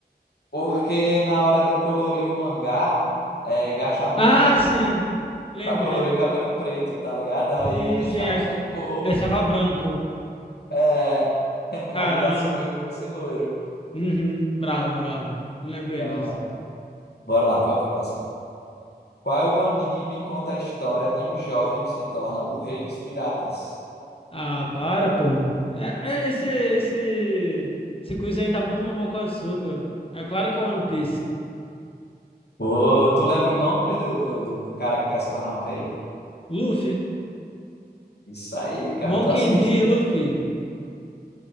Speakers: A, on the left; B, on the left.
A: Porque na hora de colorir o mangá, é, gastava
B: Ah,
A: muita tinta
B: sim. Lembrei.
A: pra colorir o cabelo preto, tá ligado? Aí
B: Sim,
A: eles deixaram
B: sim. aí
A: sem cor,
B: Deixava branco.
A: <laughs>
B: Caramba.
A: aí ele assumiu que fosse loiro.
B: Uhum. Bravo, bravo. Lembrei
A: Brava.
B: disso.
A: Bora lá, pra próxima. Qual anime conta a história de um jovem que se torna o rei dos piratas?
B: Ah, para, pô. É, é, esse, esse, esse quiz aí tá muito mamão com açúcar. É claro que é o One Piece.
A: Ô, tu lembra o nome do, do, do cara que quer se tornar o rei?
B: Luffy.
A: Isso aí, cara.
B: Monkey
A: Tu assiste?
B: D. Luffy.